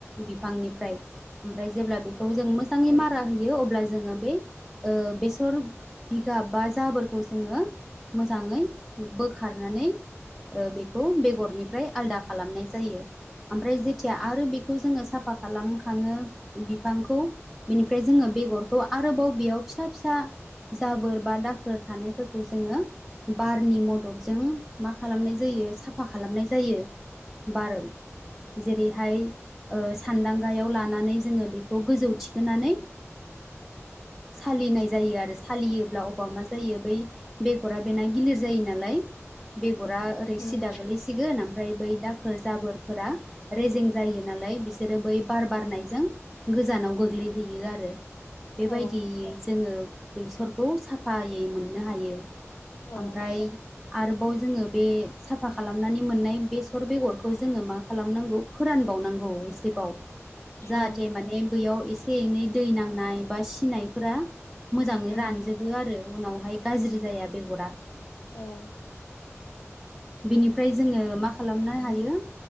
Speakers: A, in the centre; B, on the left (about 65°).
A: बिफांनिफ्राय ओमफ्राय जेब्ला बेखौ जों मोजाङै मारा होयो अब्ला जोङो बै बेसर बिगाब बा जाबोरखौ जोङो मोजाङै बोखारनानै ओ बेखौ बेगरनिफ्राय आलदा खालामनाय जायो ओमफ्राय जेथिया आरो बेखौ जोङो साफा खालाम खाङो बिफांखौ बिनिफ्राय जोङो बेगरखौ आरोबाव बेयाव फिसा फिसा जाबोर बा दाखोर थानायफोरखौ जोङो बारनि मददजों मा खालामनाय जायो साफा खालामनाय जायो बार जेरैहाय सान्दांगायाव लानानै जोङो बेखौ गोजौ थिखोनानै सालिनाय जायो आरो सालियोब्ला अबा मा जायो बै बेगरा बेना गिलिर जायो नालाय बेगरा ओरै सिदा
B: उम
A: गोलैसिगोन ओमफ्राय बै दाखोर जाबोरफोरा रेजें जायो नालाय बिसोरो बै बार बारनायजों गोजानाव गोग्लैहैयो आरो बेबायदि
B: औ
A: जोङो बेसरखौ साफायै मोननो हायो
B: औ
A: ओमफ्राय
B: औ
A: आरोबाव जोङो बे साफा खालामनानै मोननाय बेसर बेगरखौ जोङो मा खालामनांगौ फोरानबावनांगौ एसेबाव जा जाहाथे
B: उम
A: माने बैयाव एसे एनै दै नांनाय बा सिनायफोरा मोजाङै
B: उम
A: रानजोबो आरो उनावहाय गाज्रि जाया बेगरा
B: औ
A: बिनिफ्राय जोङो मा खालामनो हायो